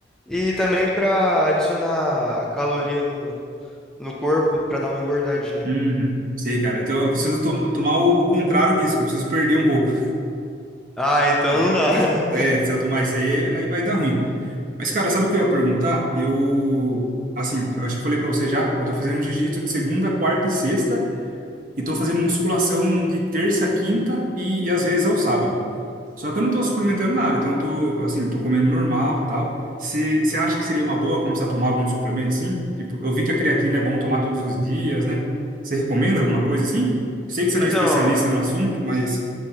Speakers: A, in the centre; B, on the right.
A: E também para adicionar caloria no, no corpo para dar uma engordadinha.
B: Uhum. Sei, cara. Então eu preciso tom- tomar o, o contrário disso, que eu preciso perder um pouco.
A: Ah, então
B: Preciso-
A: não dá. <laughs>
B: É, se eu tomar isso aí, aí vai dar ruim. Mas, cara, sabe o que eu ia perguntar? Eu. Assim, eu acho que falei pra você já. Eu tô fazendo jiu-jitsu de segunda, quarta e sexta. E tô fazendo musculação de terça, quinta e, e às vezes ao sábado. Só que eu não tô suplementando nada. Então, eu tô, assim, tô comendo normal tal. Você você acha que seria uma boa começar a tomar algum suplemento, sim? Tipo, eu vi que a creatina é bom tomar todos os dias, né? Você recomenda alguma coisa assim? Sei que você
A: Então,
B: não é especialista no assunto, mas